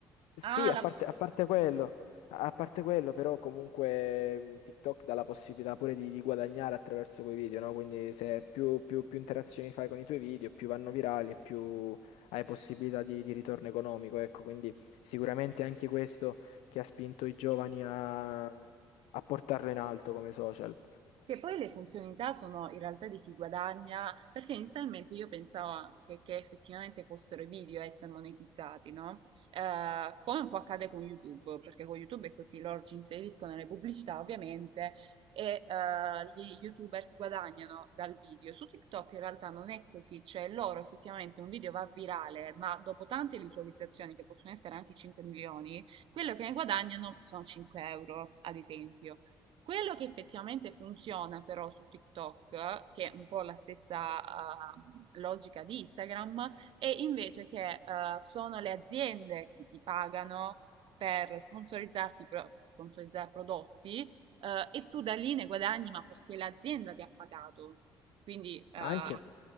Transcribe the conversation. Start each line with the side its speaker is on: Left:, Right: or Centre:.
Left: Sì,
Right: Ah,
Left: a
Right: la
Left: parte a parte quello. A parte quello, però, comunque mh, TikTok dà la possibilità pure di, di guadagnare attraverso quei video, no? Quindi se più, più- più interazioni fai con i tuoi video, più vanno virali e più hai possibilità di, di ritorno economico, ecco. Quindi sicuramente anche questo che ha spinto i giovani a, a portarlo in alto come social.
Right: Che poi le funzionalità sono in realtà di chi guadagna, perché inizialmente io pensavo anche che effettivamente fossero i video a essere monetizzati, no? Eh, come un po' accade con YouTube, perché con YouTube è così, loro ci inseriscono le pubblicità ovviamente e eh, gli YouTubers guadagnano dal video. Su TikTok in realtà non è così, cioè loro effettivamente un video va virale, ma dopo tante visualizzazioni, che possono essere anche 5 milioni, quello che ne guadagnano sono 5 euro, ad esempio. Quello che effettivamente funziona però su TikTok, che è un po' la stessa ehm, logica di Instagram, è invece che eh, sono le aziende che ti pagano per sponsorizzarti, pro- sponsorizzare prodotti eh, e tu da lì ne guadagni, ma perché l'azienda ti ha pagato. Quindi, eh,
Left: Anche,